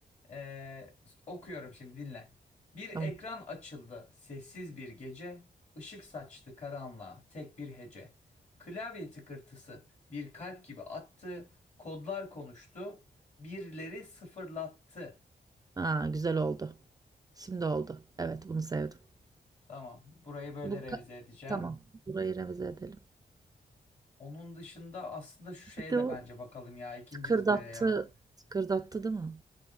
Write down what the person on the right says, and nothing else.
Tamam.
Ha, güzel oldu. Şimdi oldu. Evet, bunu sevdim.
Bu
ka-
tamam. Burayı revize edelim.
Bir de
o
tıkırdattı,
tıkırdattı değil mi?